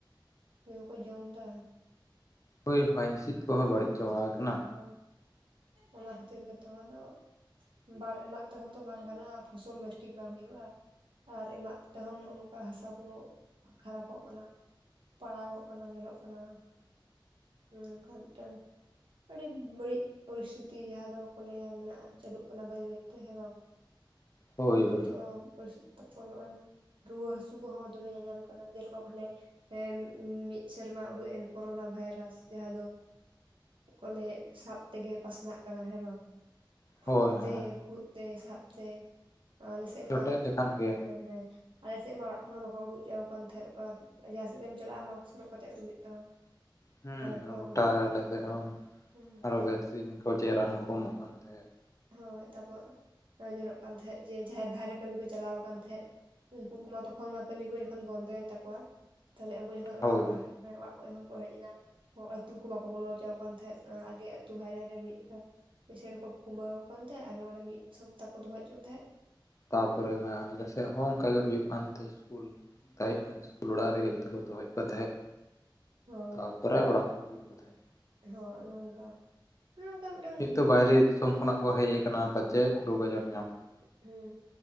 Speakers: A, on the right; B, on the left.
A: ᱫᱚᱢᱮ ᱠᱚ ᱡᱚᱢ ᱫᱟ᱾
B: ᱦᱳᱭ ᱦᱚᱭ ᱦᱸᱥᱤᱫ ᱠᱚᱦᱚᱸ ᱵᱟᱹᱲᱤᱡ ᱪᱟᱵᱟ
A: ᱦᱚᱸ
B: ᱟᱠᱟᱱᱟ
A: ᱦᱳᱭ ᱚᱱᱟ ᱠᱷᱟᱹᱛᱤᱨ ᱜᱮᱛᱚ ᱟᱫᱚ, ᱵᱟᱝ ᱮᱢᱟᱜ ᱛᱮᱦᱚᱸ ᱛᱚ ᱵᱟᱝ ᱜᱟᱱᱚᱜᱼᱟ ᱯᱷᱚᱥᱚᱞ ᱵᱮᱥᱴᱷᱤᱠ ᱵᱟᱝ ᱦᱩᱭᱩᱜᱼᱟ᱾ ᱟᱨ ᱮᱢᱟᱜ ᱛᱮᱦᱚᱸ ᱱᱚᱜᱼᱚ ᱱᱚᱝᱠᱟ ᱦᱟᱥᱟ ᱠᱚ ᱠᱷᱟᱨᱟᱯᱚᱜ ᱠᱟᱱᱟ᱾ ᱯᱟᱲᱟᱜᱚᱜ ᱠᱟᱱᱟ ᱧᱮᱞᱚᱜ ᱠᱟᱱᱟ ᱱᱚᱝᱠᱟ ᱢᱤᱫᱴᱟᱝ ᱟᱹᱰᱤ ᱵᱟᱹᱲᱤᱡ ᱯᱚᱨᱤᱥᱛᱷᱤᱛᱤ ᱡᱟᱦᱟᱸ ᱫᱚᱠᱚ ᱞᱟᱹᱭᱟ ᱢᱮᱱᱟᱜᱼᱟ ᱪᱟᱹᱞᱩᱜ ᱠᱟᱱᱟ ᱵᱟᱹᱭ ᱵᱟᱹᱭᱛᱮ ᱦᱮᱸ ᱵᱟᱝ᱾
B: ᱦᱳᱭ
A: ᱡᱛᱚ
B: ᱦᱳᱭ
A: ᱛᱚᱯᱚᱨ ᱨᱩᱣᱟᱹ ᱦᱟᱹᱥᱩ ᱠᱚᱦᱚᱸ ᱫᱚᱢᱮ ᱧᱟᱧᱟᱢ ᱠᱟᱱᱟ ᱡᱮᱨᱚᱠᱚᱢ ᱦᱟᱱᱮ, ᱦᱮᱸ ᱢᱤᱫ ᱥᱮᱨᱢᱟ ᱩᱰᱩᱠ ᱮᱱ ᱠᱳᱨᱳᱱᱟ ᱵᱷᱟᱭᱨᱟᱥ ᱡᱟᱦᱟᱸ ᱫᱚ ᱠᱚᱞᱮ ᱥᱟᱵ ᱛᱮᱜᱮ ᱯᱟᱥᱱᱟᱜ ᱠᱟᱱᱟ ᱦᱮᱸ ᱵᱟᱝ
B: ᱦᱳᱭ
A: ᱠᱷᱩᱜ ᱛᱮ
B: ᱦᱮᱸ
A: ᱠᱷᱩᱜ ᱛᱮ ᱥᱟᱵ ᱛᱮ ᱟᱞᱮᱥᱮᱫ
B: ᱡᱚᱴᱮᱫ
A: ᱢᱟ
B: ᱞᱮᱠᱷᱟᱱ ᱜᱮ
A: ᱦᱮᱸ ᱦᱮᱸ ᱟᱞᱮᱥᱮᱫ ᱢᱟ ᱚᱲᱟᱜ ᱠᱷᱚᱱ ᱦᱚᱸ ᱵᱟᱠᱚ ᱩᱰᱩᱠ ᱦᱚᱪᱚ ᱠᱟᱱ ᱛᱟᱦᱮᱸᱫ ᱚᱱᱠᱟ ᱡᱟᱦᱟᱸ ᱥᱮᱫ ᱜᱮᱢ ᱪᱟᱞᱟᱜᱼᱟ ᱢᱟᱜᱥ ᱦᱚᱨᱚᱜ ᱠᱟᱛᱮᱜ ᱟᱹᱰᱩᱜ ᱦᱩᱭᱩᱜ ᱛᱟᱢᱟ᱾
B: ᱦᱮᱸ
A: ᱛᱟᱨᱯᱚᱨ
B: ᱜᱚᱴᱟ ᱟᱞᱮ ᱥᱮᱜ ᱦᱚᱸ
A: ᱦᱮᱸ
B: ᱟᱨᱦᱚ ᱵᱷᱮᱠᱥᱤᱱ ᱠᱚ ᱪᱮᱫ ᱨᱟᱱ ᱦᱚᱸᱠᱚ ᱮᱢᱚᱜ ᱠᱟᱱ ᱛᱟᱦᱮᱸᱫ᱾
A: ᱦᱳᱭ ᱛᱟᱯᱚᱨ ᱧᱮᱞᱚᱜ ᱠᱟᱱ ᱛᱟᱦᱮᱸᱫ ᱡᱮ ᱡᱟᱦᱟᱸᱭ ᱵᱟᱨᱮ ᱠᱟᱹᱢᱤ ᱠᱚ ᱪᱟᱞᱟᱣ ᱠᱟᱱ ᱛᱟᱦᱮᱸᱫ ᱩᱱᱠᱩ ᱠᱚᱢᱟ ᱛᱚᱠᱷᱚᱱ ᱢᱟ ᱠᱟᱹᱢᱤ ᱠᱚ ᱡᱚᱠᱷᱚᱱ ᱵᱚᱱᱫᱚᱭᱮᱱ ᱛᱟᱠᱚᱣᱟ ᱛᱟᱦᱚᱞᱮ ᱩᱱᱠᱩ ᱡᱚᱠᱷᱚᱱ
B: ᱦᱳᱭ
A: ᱚᱲᱟᱜ ᱠᱚ
B: ᱦᱳᱭ
A: ᱮᱸ ᱚᱲᱟᱜ ᱠᱚ ᱡᱚᱠᱷᱚᱱ ᱠᱚ ᱦᱮᱡ ᱮᱱᱟ ᱟᱹᱛᱩ ᱠᱚ ᱵᱟᱠᱚ ᱵᱚᱞᱚ ᱦᱚᱪᱚᱣᱟ ᱠᱚ ᱠᱟᱱ ᱛᱟᱦᱮᱸᱫ ᱟᱹᱛᱩ ᱵᱟᱨᱮ ᱨᱮ ᱢᱤᱫ ᱢᱮᱥᱮᱬ ᱠᱚ ᱠᱩᱢᱵᱟᱹᱣᱟᱠ ᱠᱟᱱ ᱛᱟᱦᱮᱸᱜ ᱟᱫᱚ ᱚᱸᱰᱮ ᱢᱤᱫ ᱥᱚᱯᱛᱟ ᱠᱚ ᱫᱚᱦᱚ ᱦᱚᱪᱚ ᱛᱟᱦᱮᱸᱜ
B: ᱛᱟᱯᱚᱨᱮ ᱦᱟᱸ ᱟᱞᱮᱥᱮᱫ ᱦᱚᱸ ᱚᱱᱠᱟ ᱜᱮ ᱦᱩᱭᱩᱜ ᱠᱟᱱᱛᱮ ᱠᱩᱞ ᱛᱟᱦᱮᱸ ᱠᱟᱱ ᱤᱥᱠᱩᱞ ᱚᱲᱟᱜ ᱨᱮᱜᱮ ᱡᱚᱛᱚ ᱠᱚ ᱫᱚᱦᱚᱭᱮᱫ ᱠᱚ ᱛᱟᱦᱮᱸᱫ
A: ᱦᱳᱭ
B: ᱛᱟᱨ ᱯᱟᱭ ᱚᱲᱟᱜ ᱠᱚ ᱜᱩᱡ ᱠᱚ ᱛᱟᱦᱮᱸᱫ
A: ᱦᱳᱭ ᱱᱚᱝᱠᱟ ᱚᱱᱠᱟ ᱢᱤᱫᱴᱟᱝ
B: ᱡᱮᱦᱮᱛᱩ
A: ᱦᱩᱭᱩᱜ
B: ᱵᱟᱭᱨᱮ
A: ᱠᱟᱱ ᱛᱟᱦᱮᱸᱫ
B: ᱫᱤᱥᱚᱢ ᱠᱷᱚᱱᱟᱜ ᱠᱚ ᱦᱮᱡ ᱠᱟᱱᱟ ᱯᱟᱪᱮᱫ ᱨᱳᱜᱽ ᱟᱡᱟᱨ ᱧᱟᱢ ᱠᱟᱱᱟ
A: ᱦᱮᱸ